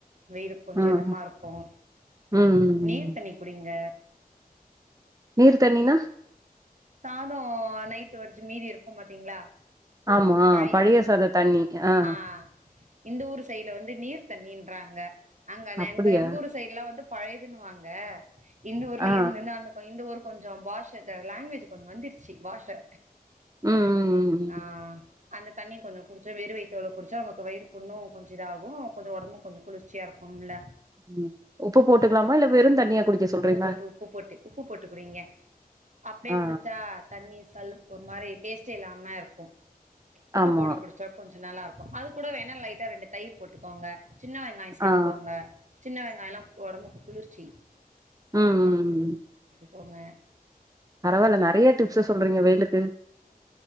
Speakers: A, on the right; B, on the right.
A: வெயிலுக் கொஞ்ச
B: ம்
A: இதமா இருக்கும்
B: ம் ம்
A: நீர் தண்ணி குடிங்க
B: நீர் தண்ணினா
A: சாதம் நைட்டு வடிச்சு மீதி இருக்கு பாத்தீங்களா
B: ஆமா
A: பழையது
B: பழய சாத தண்ணி ஆஹ்
A: ஆ இந்த ஊர் சைல வந்து நீர் தண்ணின்றாங்க அங்க நெங்க
B: அப்டியா
A: எங்க ஊர் சைடு்லா வந்து பழையதுன்னுவாங்க இந்த ஊர்ல
B: ஆ ஆ
A: இந்துனா அந்த கொய் இந்த ஊரு கொஞ்ச பாஷை லாங்வேஜ் கொஞ்ச வந்துருச்சு பாஷை
B: ம் ம் ம்
A: ஆஹ் அந்த தண்ணி கொஞ்ச குடிச்ச வெறு வை துல குடிச்சா நமக்கு வயிறு புண்ணு கொஞ்ச இதாகும் கொஞ்ச ஒடம்பு கொஞ்ச குளிர்ச்சியா இருக்கும்ல
B: உம் உப்பு போட்டுக்கலாமா இல்ல வெறு தண்ணியா குடிக்க சொல்றீங்களா
A: உப்பு போட்டு உப்பு போட்டு உப்பு போட்டு குடிங்க அப்படியே
B: ஆ
A: குடிச்சா தண்ணி சல்லுப்பு ஒரு மாரி டேஸ்ட்டே இல்லாம இருக்கும் உப்பு
B: ஆமா
A: போட்டு குடிச்சா கொஞ் நல்லாருக்கு அது கூட வேணா லைட்டா ரெண்டு தயிர் போட்டுக்கோங்க சின்ன வெங்காய சேத்துக்கோங்க
B: ஆ
A: சின்ன வெங்காயல்லா ஒடம்புக்கு குளிர் ச்சி
B: உம் உம் உம்
A: போங்க
B: பரவால்ல நறய டிப்ஸு சொல்றீங்க வெயிலுக்கு